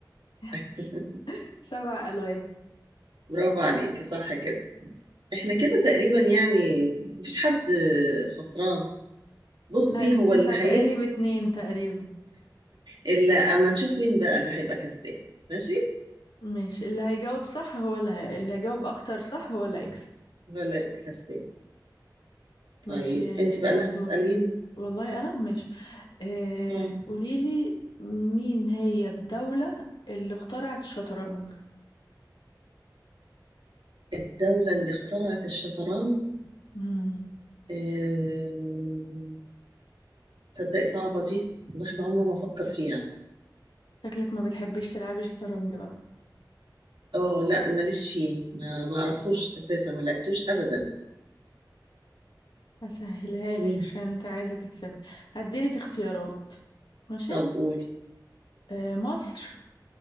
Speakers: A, on the left; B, on the right.
A: <laughs>
B: <laughs>
A: سبع ألوان
B: برافو عليكي صح كده احنا كده تقريبا يعني مفيش حد خسران بصي
A: لا انت
B: هو
A: سابقاني
B: اللي هيك
A: باتنين تقريبا
B: اللي اما نشوف مين بقى اللي هيبقى كسبان ماشي
A: ماشي اللي هيجاوب صح هو اللي, هي... اللي هيجاوب أكتر صح هو اللي هيكسب
B: ولا يبقى كسبان
A: ماشي
B: طيب انت
A: ده
B: بقى اللي
A: دور
B: هتسأليني
A: والله أنا ماشي آه،
B: اه
A: قوليلي مين هي الدولة اللي اخترعت الشطرنج
B: الدولة اللي اخترعت الشطرنج
A: مم.
B: آم، تصدقي صعبة دي الواحد عمره ما فكر فيها
A: شكلك ما بتحبيش تلعبي شطرنج بقى
B: اه لا ماليش فيه ما ما اعرفوش اساسا ما لعبتوش ابدا
A: هسهلها
B: مين
A: لك عشان انت عايزة تكسبي هديلك اختيارات ماشي
B: طب قولي
A: آه، مصر